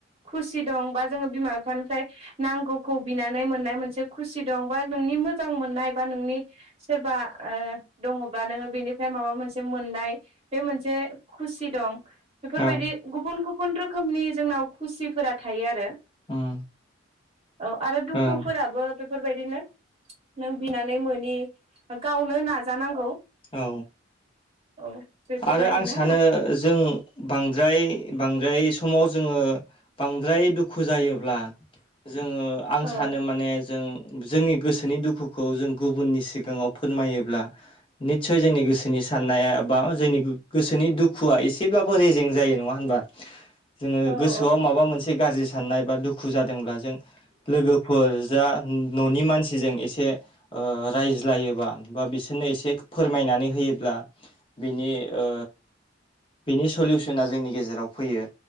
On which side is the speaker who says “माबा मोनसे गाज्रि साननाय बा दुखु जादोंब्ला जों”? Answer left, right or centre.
Left